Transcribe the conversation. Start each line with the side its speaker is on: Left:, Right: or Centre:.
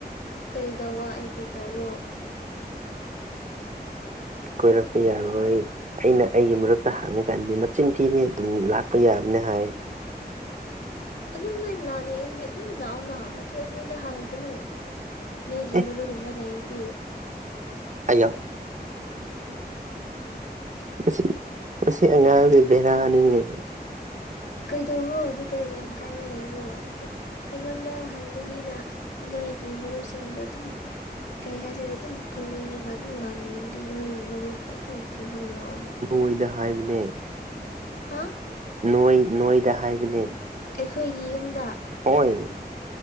Left: ꯀꯩꯗ ꯑꯩ ꯀꯩꯗꯧꯔꯣ
Right: ꯀꯣꯏꯔꯛꯄ ꯌꯥꯔꯣꯏ꯫ ꯑꯩꯅ ꯑꯩꯒꯤ ꯃꯔꯨꯞꯛꯇ ꯍꯥꯡꯕ ꯀꯥꯟꯗꯤ ꯃꯆꯤꯟ ꯊꯤ ꯃꯤ ꯑꯗꯨꯝ ꯂꯥꯛꯄ ꯌꯥꯕꯅ ꯍꯥꯏ
Left: ꯑꯗꯨ ꯅꯣꯏ ꯂꯥꯀꯅꯤꯡꯉꯥꯗꯤ ꯑꯗꯨꯝ ꯂꯥꯛꯑꯣꯗꯅ ꯑꯗꯨꯗ ꯑꯩꯉꯣꯟꯗ ꯍꯥꯡꯉꯛꯀꯅꯨ꯫ ꯅꯣꯏꯒꯤ
Right: ꯑꯦ
Left: ꯃꯔꯨꯒꯨꯝꯕ ꯂꯩꯔꯗꯤ꯫
Right: ꯑꯩꯌꯥ꯫ ꯃꯁꯤ ꯃꯁꯤ ꯑꯉꯥꯡꯁꯤ ꯕꯦꯔꯥꯅꯤꯅꯦ꯫
Left: ꯀꯩꯗꯧꯔꯣ ꯑꯗꯨꯗ ꯌꯥꯝ ꯀꯥꯏꯕ ꯂꯩꯕ꯭ꯔꯣ ꯑꯗꯨ ꯑꯩꯉꯣꯟꯗ ꯍꯥꯡꯗꯕꯤꯗ ꯅꯣꯏꯒꯤ ꯃꯔꯨꯞꯁꯤꯡꯒ ꯑꯗꯨꯝ ꯀꯩ ꯍꯥꯏꯁꯤꯔ ꯑꯗꯨꯝ ꯄꯨꯅꯤꯡꯔꯒ ꯑꯗꯨꯝ ꯂꯥꯛꯅꯤꯡꯔꯗꯤ ꯅꯣꯏ ꯃꯔꯨꯞꯄꯨ ꯑꯗꯨꯝ ꯄꯨꯜꯂ ꯂꯥꯛꯑꯣ
Right: ꯅꯣꯏꯗ ꯍꯥꯏꯕꯅꯦ꯫
Left: ꯍꯥ꯫
Right: ꯅꯣꯏ ꯅꯣꯏꯗ ꯍꯥꯏꯕꯅꯦ
Left: ꯑꯩꯈꯣꯏꯒꯤ ꯌꯨꯝꯗ꯫
Right: ꯍꯣꯏ